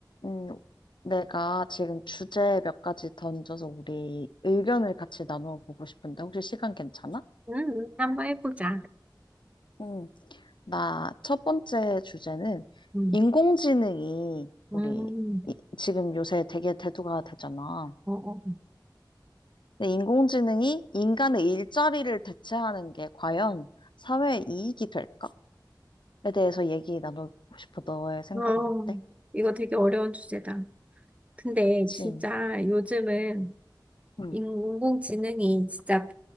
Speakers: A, on the left (about 80°); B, on the right (about 15°).
A: 음, 내가 지금 주제 몇 가지 던져서 우리 의견을 같이 나누어 보고 싶은데 혹시 시간 괜찮아?
B: 음, 음, 한번 해보자.
A: 응, 나 첫 번째 주제는
B: 음,
A: 인공지능이
B: 음,
A: 우리 이- 지금 요새 되게 대두가 되잖아.
B: 어, 어,
A: 근데 인공지능이 인간의 일자리를 대체하는 게 과연 사회에 이익이 될까?에 대해서 얘기 나눠보고 싶어. 너의 생각은
B: 어, 어,
A: 어때?
B: 이거 되게 어려운 주제다. 근데
A: 그치?
B: 진짜 요즘은
A: 응.
B: 인공지능이 진짜